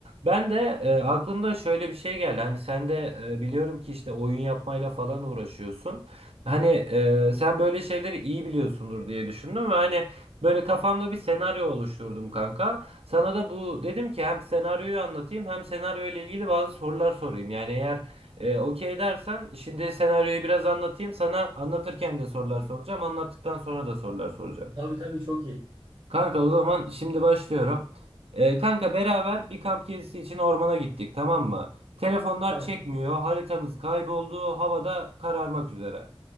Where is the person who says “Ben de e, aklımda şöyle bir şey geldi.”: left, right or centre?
Right